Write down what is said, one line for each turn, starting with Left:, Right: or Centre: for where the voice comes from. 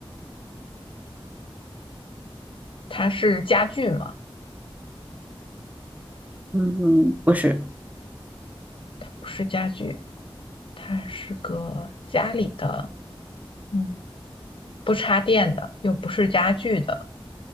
Left: 它是家具吗？
Right: 嗯哼，不是，
Left: 不是家具，它是个家里的，嗯。不插电的，又不是家具的